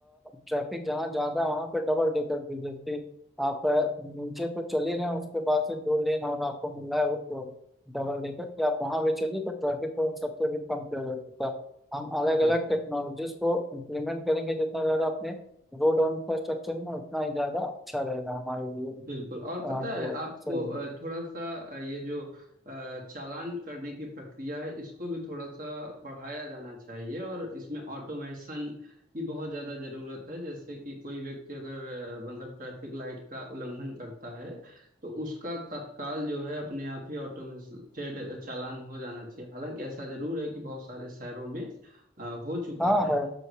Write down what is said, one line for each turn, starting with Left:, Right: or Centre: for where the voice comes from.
Centre: ट्रैफिक जहाँ ज्यादा है वहाँ पे डबल डेकर ब्रिजेस थी आप अ, नीचे तो चल ही रहे हैं उसके बाद से दो लेन और आपको मिल रहा है वो डबल डेकर कि आप वहाँ भी चलिए तो ट्रैफिक को उन सबसे भी कम किया जा सकता है हम अलग
Right: बिल्कुल
Centre: अलग टेक्नोलॉजीज को इम्प्लीमेंट करेंगे जितना ज़्यादा अपने रोड और इंफ्रास्ट्रक्चर में उतना ही ज्यादा अच्छा रहेगा हमारे लिए अ,
Right: बिल्कुल और पता
Centre: तो
Right: है आपको
Centre: सही
Right: अ,
Centre: है।
Right: थोड़ा सा अ, ये जो अ, चालान करने की प्रक्रिया है इसको भी थोड़ा सा बढ़ाया जाना चाहिए और इसमें ऑटोमेशन की बहुत ज्यादा जरूरत है जैसे कि कोई व्यक्ति अगर अ, मतलब ट्रैफिक लाइट का उल्लंघन करता है तो उसका तत्काल जो है अपने आप ही ऑटोमेटेड चालान हो जाना चाहिए हालांकि ऐसा जरूर है कि बहुत सारे शहरों में अ, हो चुका
Centre: हाँ
Right: है
Centre: है